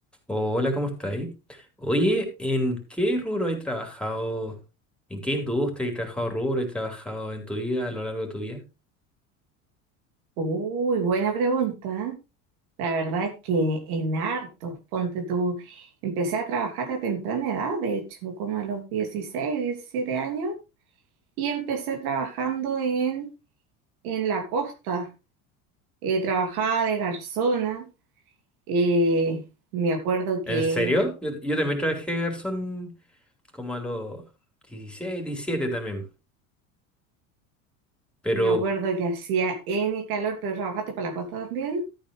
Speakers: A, in the centre; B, on the right (about 80°).
A: Hola, ¿cómo estáis? Oye, ¿en qué rubro has trabajado? ¿En qué industria has trabajado rubro? ¿Has trabajado en tu vida, a lo largo de tu vida?
B: Uy, buena pregunta. La verdad es que en hartos, ponte tú, empecé a trabajar a temprana edad, de hecho, como a los 16 17 años, y empecé trabajando en, en la costa. Eh, trabajaba de garzona, eh, me acuerdo que,
A: ¿En serio? Yo, yo también trabajé de garzón como a los 16, 17 también. Pero,
B: me acuerdo que hacía N calor, pero trabajaste para la costa también.